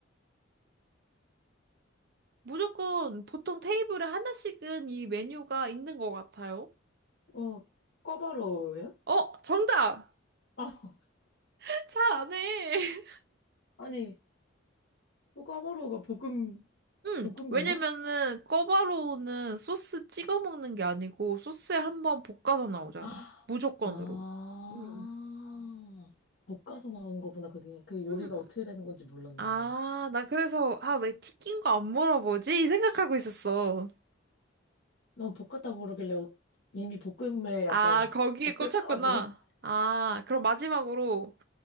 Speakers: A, on the right; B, on the left.
A: 무조건 보통 테이블에 하나씩은 이 메뉴가 있는 것 같아요.
B: 어, 꿔바로우예요?
A: 어, 정답!
B: 아, <laughs>
A: <laughs> 잘 안 해.
B: 아니, 뭐 꿔바로우가 볶음,
A: <laughs> 음,
B: 볶은
A: 왜냐면은
B: 건가?
A: 꿔바로우는 소스 찍어 먹는 게 아니고 소스에 한번 볶아서 나오잖아.
B: <gasps> 아,
A: 무조건으로.
B: 아,
A: 음.
B: 볶아서 나오는 거구나, 그게. 그 요리가
A: 음.
B: 어떻게 되는 건지 몰랐네.
A: 아, 나 그래서, 아, 왜 튀긴 거 안 물어보지? 이 생각하고 있었어.
B: 난 볶았다 그러길래 어- 이미 볶음에 약간
A: 아, 거기에
B: 묶여
A: 꽂혔구나.
B: 있어가지고. <laughs>
A: 아, 그럼 마지막으로,